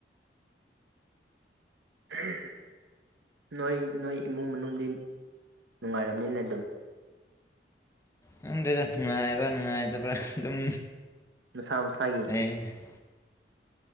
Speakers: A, on the right; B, on the left.
A: <unintelligible> ꯅꯣꯏ ꯅꯣꯏ ꯏꯃꯨꯡ ꯃꯅꯨꯡꯗꯤ ꯅꯨꯡꯉꯥꯏꯔꯝꯅꯤꯅ ꯑꯗꯨꯝ
B: ꯈꯪꯗꯦꯗ ꯅꯨꯡꯉꯥꯏꯕ ꯅꯨꯡꯉꯥꯏꯇꯕ꯭ꯔꯥ ꯑꯗꯨꯝ
A: ꯃꯁꯥ ꯃꯁꯥꯒꯤ
B: <unintelligible>